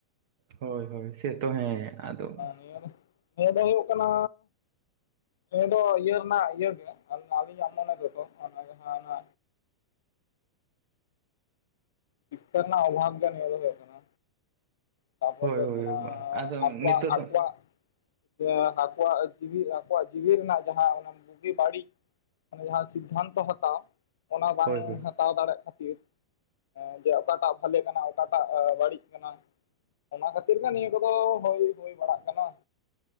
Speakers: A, on the right; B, on the left.
A: ᱦᱳᱭ ᱦᱳᱭ ᱥᱮᱛᱚ ᱦᱮᱸ ᱟᱫᱚ
B: ᱱᱤᱭᱟᱹ ᱫᱚ ᱦᱮᱸ ᱫᱚ ᱦᱩᱭᱩᱜ ᱠᱟᱱᱟ ᱱᱤᱭᱟᱹ ᱫᱚ ᱤᱭᱟᱹ ᱨᱮᱱᱟᱜ ᱤᱭᱟᱹ ᱜᱮ ᱟᱹᱞᱤᱧᱟᱜ ᱢᱚᱱᱮ ᱫᱚᱛᱚ ᱚᱱᱟ ᱜᱮ ᱱᱟᱜ ᱚᱱᱟ ᱥᱤᱠᱠᱷᱟ ᱨᱮᱱᱟᱜ ᱚᱵᱷᱟᱵ ᱜᱮ ᱱᱤᱭᱟᱹ ᱫᱚ ᱦᱩᱭᱩᱜ ᱠᱟᱱᱟ᱾ ᱛᱟᱨᱯᱚᱨᱮ
A: ᱦᱳᱭ
B: ᱦᱩᱭᱩᱜ
A: ᱦᱳᱭ
B: ᱠᱟᱱᱟ
A: ᱟᱫᱚ
B: ᱟᱠᱚᱣᱟᱜ
A: ᱱᱤᱛᱚᱜ
B: ᱟᱠᱚᱣᱟᱜ
A: ᱫᱚ
B: ᱥᱮᱱ ᱟᱠᱚᱣᱟᱜ ᱡᱤᱣᱤ ᱟᱠᱚᱣᱟᱜ ᱡᱤᱣᱤ ᱨᱮᱱᱟᱜ ᱡᱟᱦᱟᱸ ᱚᱱᱟ ᱵᱩᱜᱤ ᱵᱟᱹᱲᱤᱡ ᱢᱟᱱᱮ ᱡᱟᱦᱟᱸ ᱥᱤᱫᱽᱫᱷᱟᱱᱛᱚ ᱦᱟᱛᱟᱣ ᱚᱱᱟ ᱵᱟᱝ
A: ᱦᱳᱭ ᱦᱳᱭ
B: ᱦᱟᱛᱟᱣ ᱫᱟᱲᱮᱜ ᱠᱷᱟᱹᱛᱤᱨ᱾ ᱦᱮᱸ ᱡᱮ ᱚᱠᱟᱴᱟᱜ ᱵᱷᱟᱞᱮ ᱠᱟᱱᱟ ᱚᱠᱟᱴᱟᱜ ᱵᱟᱹᱲᱤᱡ ᱠᱟᱱᱟ ᱚᱱᱟ ᱠᱷᱟᱹᱛᱤᱨ ᱜᱮ ᱱᱤᱭᱟᱹ ᱠᱚᱫᱚ ᱦᱩᱭ ᱦᱩᱭ ᱵᱟᱲᱟᱜ ᱠᱟᱱᱟ᱾